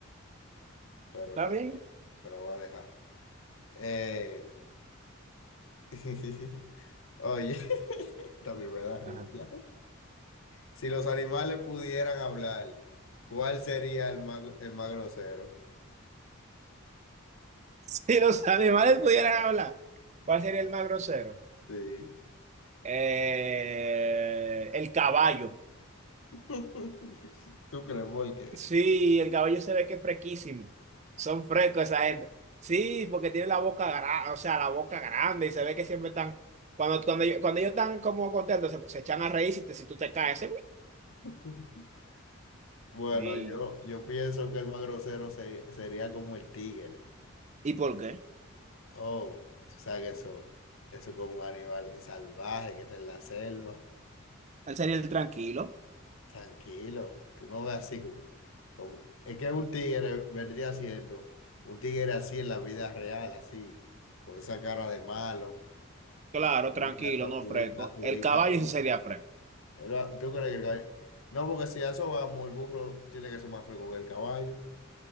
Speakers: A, on the left (about 70°); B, on the right (about 35°).
A: pero
B: ¿Está
A: también
B: bien?
A: te la voy a dejar. Eh, <laughs> oye, <laughs> también me da risa.
B: Ajá.
A: Si los animales pudieran hablar, ¿cuál sería el más, el más grosero?
B: Si los animales pudieran hablar, ¿cuál sería el más grosero?
A: Sí.
B: Eh, el caballo.
A: <laughs> ¿Tú crees por qué?
B: Sí, el caballo se ve que es frequísimo. Son frescos esa gente. Sí, porque tiene la boca grande, o sea, la boca grande y se ve que siempre están, cuando, cuando, ellos, cuando ellos están como contentos, se, se echan a reír si, te- si tú te caes.
A: <laughs> Bueno,
B: <laughs> Sí.
A: yo, yo pienso que el más grosero se- sería como el tigre.
B: ¿Y por qué?
A: Oh, tú sabes que eso, eso es como un animal salvaje que está en la selva.
B: Él sería el tranquilo.
A: Tranquilo, tú no ves así como, como- es que un tigre vendría siendo un tigre así en la vida real, así, con esa cara de malo,
B: Claro,
A: y que ubica
B: tranquilo,
A: todo,
B: no
A: ubica,
B: fresco.
A: ubica
B: El caballo
A: todo.
B: sí sería fresco.
A: Pero, ¿Tú crees que el caballo? No, porque si a eso vamos, el burro tiene que ser más fresco que el caballo.